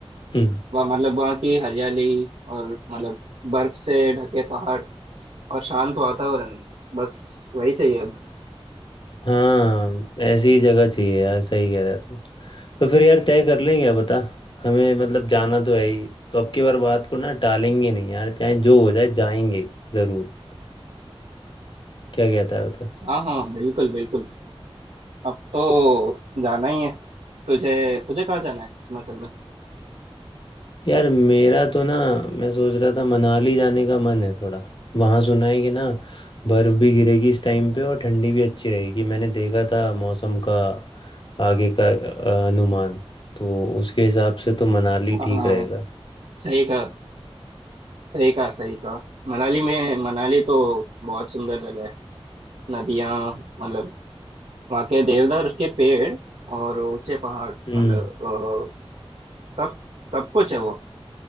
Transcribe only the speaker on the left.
हम्म
हाँ ऐसी जगह चाहिए यार सही कह रहा तू तो फिर यार तय कर लें क्या बता हमें मतलब जाना तो है ही तो अब की बार बात को ना टालेंगे नहीं यार चाहे जो हो जाए जाएंगे ज़रूर क्या कहता है बता
यार मेरा तो ना मैं सोच रहा था मनाली जाने का मन है थोड़ा वहाँ सुना है कि ना बर्फ़ भी गिरेगी इस टाइम पे और ठंडी भी अच्छी रहेगी मैंने देखा था मौसम का आगे का अ, अनुमान तो उसके हिसाब से तो मनाली
ठीक
रहेगा
हम्म